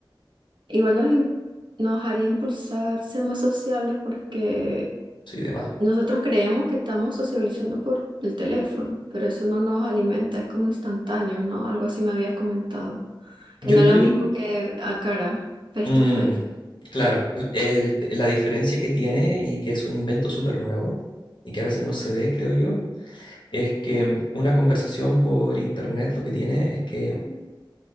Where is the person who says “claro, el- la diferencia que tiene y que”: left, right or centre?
Left